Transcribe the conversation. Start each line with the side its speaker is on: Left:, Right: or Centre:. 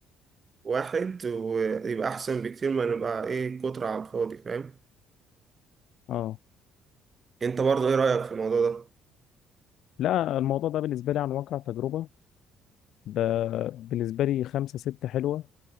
Right: واحد ويبقى أحسن بكتير ما نبقى ايه كترة على الفاضي فاهم
Left: اه
Right: انت برضه ايه رأيك في الموضوع ده؟
Left: لا الموضوع ده بالنسبة لي عن واقع تجربة ب- بالنسبة لي خمسة ستة حلوة